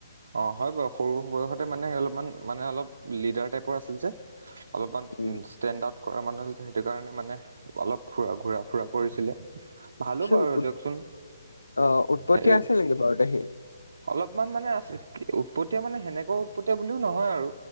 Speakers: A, on the right; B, on the left.
A: অঁ, হয় বাৰু সৰু বয়সতে মানে অলপমান মানে অলপ লিডাৰ টাইপৰ আছিল যে। অলপমান
B: উম
A: ষ্টেণ্ড আউট। কৰা মানুহছিল সেইটো কাৰণে মানে অলপ ফুৰা ঘূৰা ফুৰা কৰিছিলে। ভালো
B: সি
A: বাৰু
B: উৎ-
A: দিয়কচোন
B: অ উৎপতীয়া
A: হেৰি।
B: আছিল নেকি বাৰু তে সি
A: অলপমান মানে আছে উৎপতীয়া মানে সেনেকুৱা উৎপতীয়া বুলিও নহয় আৰু